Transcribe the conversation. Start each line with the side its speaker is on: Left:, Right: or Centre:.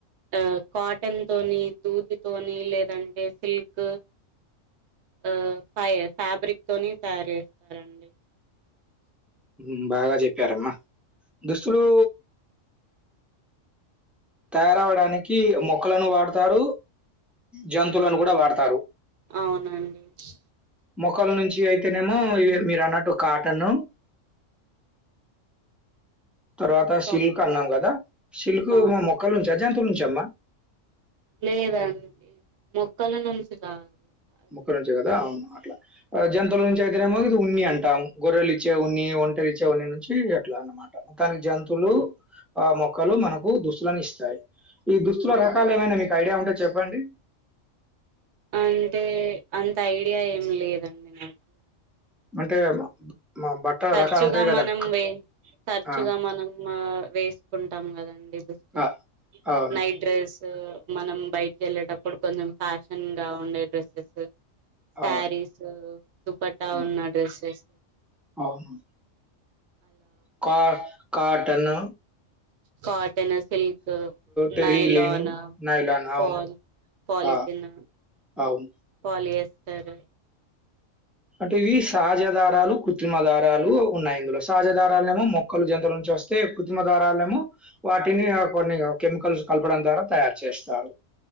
Right: ఆ కాటన్ తోని దూదితోని లేదంటే సిల్క్ ఆ ఫ ఫ్యాబ్రిక్ తోని తయారు చేస్తారండి
Centre: మ్ బాగా చెప్పారమ్మా దుస్తులు తయారవడానికి మొక్కలను వాడతారు జంతువులను కూడా వాడతారు
Right: అవునండి
Centre: మొక్కల నుంచి అయితేనేమో ఇ మీరు అన్నట్టు కాటన్ తర్వాత
Right: కా
Centre: సిల్క్ అన్నాం కదా సిల్క్
Right: అవును
Centre: మా మొక్కల నుంచి అజంతుల నుంచి చెమ
Right: లేదండి మొక్కల నుంచి కాదు అది
Centre: మొక్కల నుంచే కదా అవును అట్లా జంతువుల నుంచి అయితేనేమో ఇది ఉన్ని అంటాం గొర్రెలు ఇచ్చే ఉన్ని ఒంటలు ఇచ్చే ఉన్ని నుంచి ఎట్లా అన్నమాట కాని జంతువులు
Right: ఆ
Centre: ఆ మొక్కలు మనకు దుస్తులలను ఇస్తాయి ఈ దుస్తుల
Right: అవునండి
Centre: రకాలు ఏమైనా మీకు ఐడియా ఉంటే చెప్పండి
Right: అంటే అంత ఐడియా ఏమి లేదండి నాకు
Centre: అంటే మ బట్టల
Right: తరచుగా
Centre: రకాలు ఉంటాయి గదా!
Right: మనంే
Centre: క
Right: తరచుగా
Centre: ఆ!
Right: మనం వేసుకుంటాం కదండి దుస్తులు
Centre: ఆ! అవును.
Right: నైట్ డ్రెస్ మనం బయటికి వెళ్ళేటప్పుడు కొంచెం ఫ్యాషన్ గా ఉండే డ్రెస్సెస్
Centre: అవును.
Right: శారీస్ దుపటా
Centre: అవును.
Right: ఉన్న డ్రెస్సెస్ స <inaudible>
Centre: అవును కా కటన్
Right: కా న సిల్క్
Centre: టెరిలిన్,
Right: నైలన్
Centre: నైలాన్
Right: ప
Centre: అవును.
Right: పలిథన్
Centre: ఆ! అవును
Right: వాళ చేస్తారు
Centre: అంటే ఇవి సహజ దారాలు కృత్రిమ దారాలు ఉన్నాయి ఇందులో సహజ దారాలనేమో మొక్కలు జంతుల నుంచి వస్తే కృత్రిమ దారాలనేమో వాటిని కొన్ని కెమికల్స్ కలపడం ద్వారా తయారు చేస్తారు